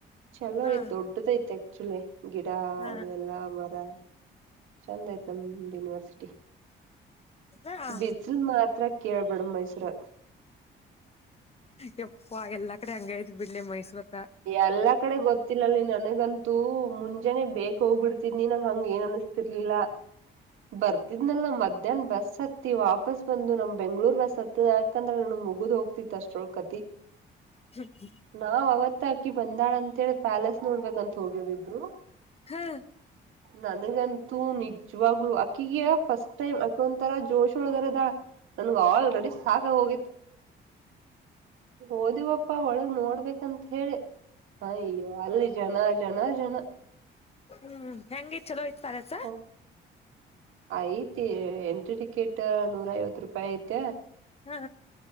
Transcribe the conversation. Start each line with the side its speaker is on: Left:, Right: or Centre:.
Right: ಚಲೋ
Left: ಹಾ
Right: ಐತ್ ದೊಡ್ಡದೈತೆ ಚಲೋ ಗಿಡ
Left: ಹಾ
Right: ಅದು ಎಲ್ಲಾ ಮರ ಚಂದ ಆಯ್ತು ಯನಿವರ್ಸಿಟಿ
Left: ಹಾ
Right: ಬಿಸಿಲ್ ಮಾತ್ರ ಕೇಳ್ಬಡ ಮೈಸೂರ
Left: ಯಪ್ಪಾ ಎಲ್ಲಾ ಕಡೆ ಹಂಗ ಐತಿ ಬಿಳ್ಳಿ ಮೈಸೂರ್
Right: ಎಲ್ಲಾ ಕಡೆ ಗೊತ್ತಿಲ್ಲಲ್ಲಿ ನನಗಂತೂ ಮುಂಚೆ ಜನ ಬೇಗ್ ಹೋಗ್ಬಿಡ್ತಿದ್ನಿ ನಂಗ ಹಂಗ ಏನ್ ಅನಿಸಸ್ತಿರ್ಲಿಲ್ಲ ಬರ್ತಿದ್ನಲ್ ನ್ ಮಧ್ಯಾಹ್ನ ಬಸ್ ಹತ್ತತಿ ವಾಪಸ್ ಬಂದು ನಮ್ ಬೆಂಗಳೂರ್ ಬಸ್ ಹತ್ತದ ಯಾಕಂದ್ರ ನ ಮುಗುದ್ ಹೋಗ್ತಿತ್ತ ಅಷ್ಟ್ರೊಳ್ ಕತಿ
Left: ಹ್ಮ್ಮ
Right: ನಾವ್ ಅವತ್ತ ಅಕಿ ಬಂದಾಳ ಅಂತೇಳಿ ಪ್ಯಾಲೆಸ್ ನೋಡ್ಬೇಕಂತ ಹೋಗ್ಯವ ಇಬ್ರು
Left: ಹ್ಮ್
Right: ನನಗಂತೂ ನಿದ್ದೆ ಜುವಾಗ ಅಕ್ಕಿಗೆ ಫಸ್ಟ್ ಟೈಮ್ ಅಕ್ಕಿ ಒಂತರ ಜೋಶೊಳಗರದ ನನ್ಗ ಆಲ್ರೆಡಿ ಸಾಕ ಹೋಗಿತ್ತು ಓದಿವಪ್ಪಾ ಒಳಗ್ ನೋಡ್ಬೇಕಂತ ಹೇಳಿ ಹಾ ಅಯ್ಯೋ ಅಲ್ಲಿ ಜನ ಜನ ಜನ
Left: ಹ್ಮ್ ಹೆಂಗ ಚಲೋ ದೋಯ್ತ ಪರಸ
Right: ಓ ಐತಿ ಎಂಟ್ರಿ ಟಿಕೆಟ್ ನೂರ ಐವತ್ ರೂಪಾಯಿ ಐತ
Left: ಹಾ